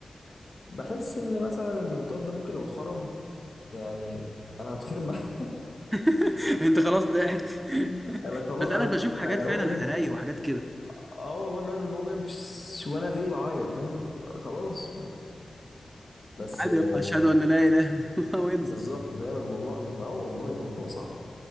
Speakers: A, on the left; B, on the right.
A: بحس ان مثلا المنطاد ده ممكن لو اتخرم يعني انا هتخرم معاه
B: <laughs> انت خلاص ضعت <laughs>
A: <laughs> انا خلاص
B: بس انا
A: انا
B: بشوف حاجات
A: أنا
B: فعلا
A: هو بيعمل
B: حرايق وحاجات كده
A: اه والله بيعمل هو بيعمل فش- وانا تاني بعيط فاهم خلاص بس
B: عادي
A: آه،
B: يابا اشهد ان لا اله الا الله وانزل
A: بالظبط فاهم الموضوع م- اه والله الموضوع صعب